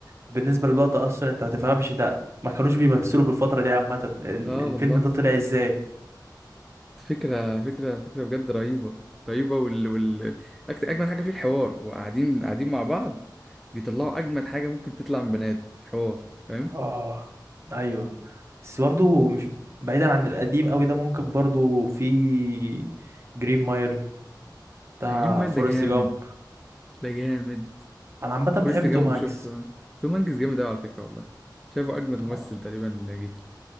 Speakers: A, on the right (about 35°); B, in the centre.
A: بالنسبه للوقت اصلا انت ما تفهمش ده ما كانوش بيمثلوا في الفتره دي عامه ال-
B: اه
A: الفيلم
B: والله
A: ده طلع ازاي
B: فكرة فكرة فكرة بجد رهيبة رهيبة وال وال أكت- أجمد حاجة فيه الحوار وقاعدين قاعدين مع بعض بيطلعوا أجمد حاجة ممكن تطلع من بني آدم الحوار فاهم
A: اه ايوه بس برضه مش بعيدا عن القديم قوي ده ممكن برضه في جرين مايل بتاع
B: ذا جرين مايل
A: فورست
B: ده جامد
A: جامب
B: ده جامد
A: انا عامه
B: فورست
A: بحب
B: جامب
A: توم هانكس
B: شفته توم هانكس جامد أوي على فكرة والله شايفه أجمد ممثل
A: اه
B: تقريبا جه